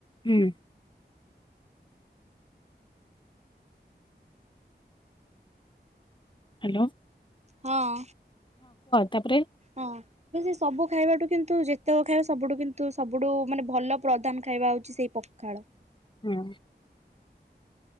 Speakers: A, on the left; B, on the right.
A: ହୁଁ। ହାଲୋ।
B: ହଁ
A: ତାପରେ
B: ହଁ। ମୁଁ ସେ ସବୁ ଖାଇବାଠୁ କିନ୍ତୁ ଯେତକ ଖାଇବା ସବୁଠୁ କିନ୍ତୁ ସବୁଠୁ ମାନେ ଭଲ ପ୍ରଦାନ୍ ଖାଇବା ହଉଚି ସେଇ ପଖାଳ।
A: ହୁଁ।